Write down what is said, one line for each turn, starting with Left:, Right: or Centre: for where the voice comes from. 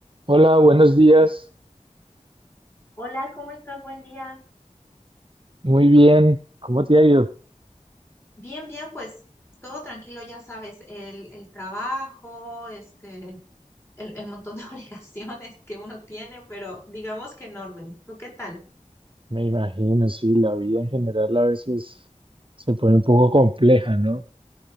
Right: Hola, buenos días.
Left: Hola, ¿cómo estás? Buen día.
Right: Muy bien. ¿Cómo te ha ido?
Left: Bien, bien, pues todo tranquilo, ya sabes, el, el trabajo, este, el, el montón de <laughs> obligaciones que uno tiene, pero digamos que en orden. ¿Tú qué tal?
Right: Me imagino, sí, la vida en general a veces se pone un poco compleja, ¿no?